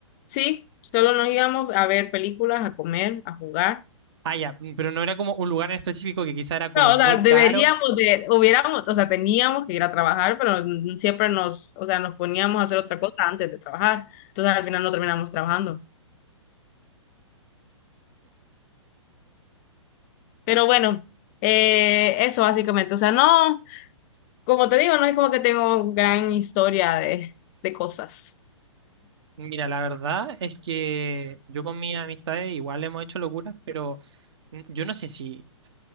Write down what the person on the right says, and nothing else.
Ah, ya, mm, pero no era como un lugar en específico que quizá era como
muy
caro.
Mira, la verdad es que yo con mis amistades igual hemos hecho locuras, pero mm, yo no sé si,